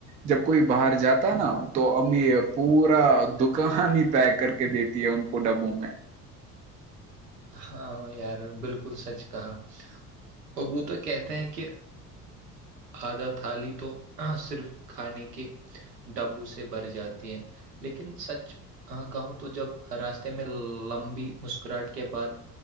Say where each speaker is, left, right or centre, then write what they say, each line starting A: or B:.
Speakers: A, on the right; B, on the right.
A: جب کوئی باہر جاتا ہے نا تو امی پورا دکان ہی پیک کر کے دیتی ہے ان کو ڈبوں میں
B: ہاں یار بالکل سچ کہا ابو تو کہتے ہیں کہ آدھا تھالی تو صرف کھانے کے ڈبو سے بر جاتا ہیں لیکن سچ ہ کہوں تو جب راستے میں لمبی مسکراہٹ کے کے بعد